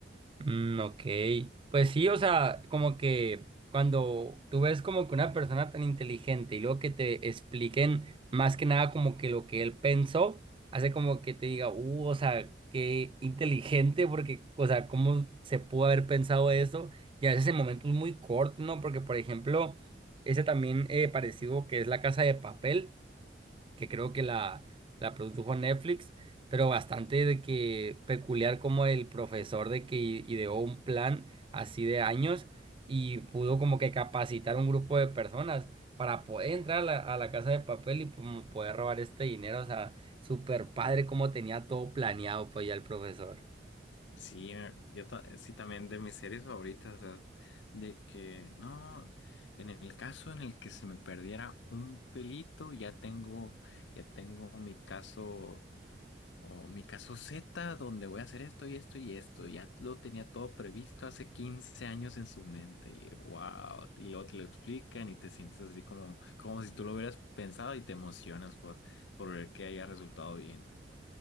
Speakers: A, on the right (about 30°); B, on the left (about 75°).
A: Mm, ok, pues sí, o sea, como que cuando tú ves como que una persona tan inteligente y luego que te expliquen más que nada como que lo que él pensó, hace como que te diga, uh, o sea, qué inteligente, porque, o sea, cómo se pudo haber pensado eso, y a veces en momentos muy cortos, ¿no? Porque, por ejemplo, ese también eh, parecido que es La Casa de Papel que creo que la, la produjo Netflix, pero bastante de que peculiar como el profesor de que i- ideó un plan así de años y pudo como que capacitar un grupo de personas para poder entrar a la, a la Casa de Papel y como poder robar este dinero, o sea, super padre como tenía todo planeado pues ya el profesor.
B: Sí, eh, yo ta- sí también de mis series favoritas, o sea, de que no, en el caso en el que se me perdiera un pelito, ya tengo, ya tengo mi caso O mi caso Z, donde voy a hacer esto y esto y esto. Ya lo tenía todo previsto hace 15 años en su mente. Y, wow. Y luego te lo explican y te sientes así como, como si tú lo hubieras pensado y te emocionas por, por ver que haya resultado bien.